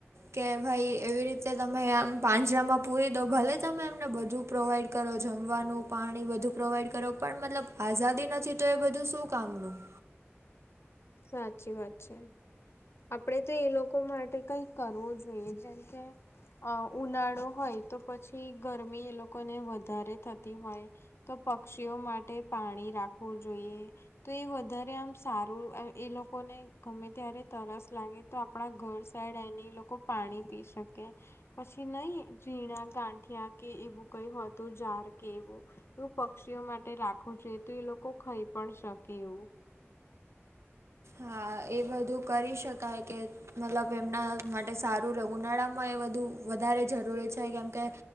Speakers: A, on the right; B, on the left.
A: કે ભાઈ એવી રીતે તમે આમ પાંજરામાં પૂરી દો ભલે તમે એમને બધું પ્રોવાઈડ કરો જમવાનું પાણી બધું પ્રોવાઈડ કરો પણ મતલબ આઝાદી નથી તો એ બધું શું કામનું
B: સાચી વાત છે આપણેે તો એ લોકો માટે કઈક કરવું જોઈએ. જેમ કે અ ઉનાળો હોય તો પછી ગરમી એ લોકોને વધારે થતી હોય તો પક્ષીઓ માટે પાણી રાખવું જોઈએ. તો એ વધારે આમ સારું એ લોકોને ગમે ત્યારે તરસ લાગે તો આપણા ઘર સાઈડ આવીને એ લોકો પાણી પી શકે પછી નહી ઝીણા ગાંઠિયા કે એવું કઈ હોતું જાર કે એવું એવું પક્ષીઓ માટે રાખવું જોઈએ તો એ લોકો ખઈ પણ શકે એવું
A: હા એ બધું કરી શકાય કે મતલબ એમના માટે સારું રહે ઉનાળામાં એ બધું વધારે જરૂરી છે કેમ કે